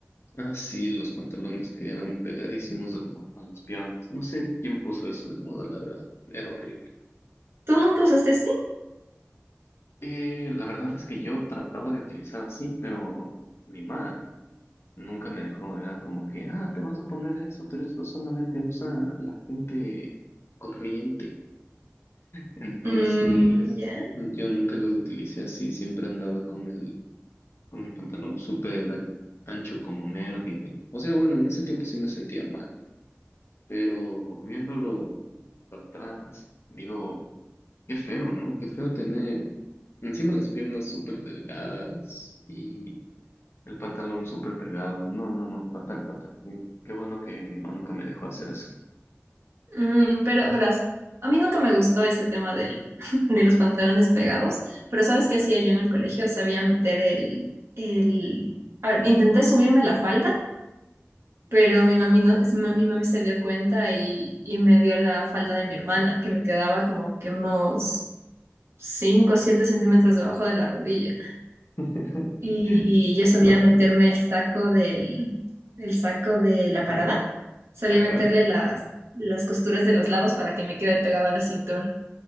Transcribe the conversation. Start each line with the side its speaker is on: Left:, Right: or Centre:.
Left: Ah, sí, los pantalones que eran pegadísimos a, la- a las piernas. No sé quién puso eso de moda, la verdad. Era horrible.
Right: ¿Tú nunca usaste así?
Left: Eh, la verdad es que yo trataba de utilizar así, pero mi mamá nunca me dejó. Era como que, ah, te vas a poner eso, pero eso solamente usa la gente corriente. Entonces,
Right: Mm, ya.
Left: yo nunca los utilicé así. Siempre andaba con el, con el pantalón súper ancho como nerd. y me- O sea, bueno, en ese tiempo sí me sentía mal. pero viéndolo para atrás, digo, qué feo, ¿no? Qué feo tener encima las piernas súper delgadas y el pantalón súper pegado. No, no, no, fatal, fatal. Y Qué bueno que mi mamá nunca me dejó hacer eso.
Right: Mm, pero verás, a mí nunca me gustó ese tema del, <laughs> de los pantalones pegados, pero ¿sabes qué hacía yo en el colegio? Sabía meter el, el... A ver, intenté subirme la falda, pero mi mami no, mi ma- mi mami se dio cuenta y, y me dio la falda de mi hermana, que me quedaba como que unos 5 o 7 centímetros debajo de la rodilla.
Left: <laughs>
Right: Y yo sabía
Left: Para,
Right: meterme
Left: para-
Right: el saco del, el saco de la parada, sabía
Left: ajá,
Right: meterle las las costuras de los lados para que me quede pegado a la cintura.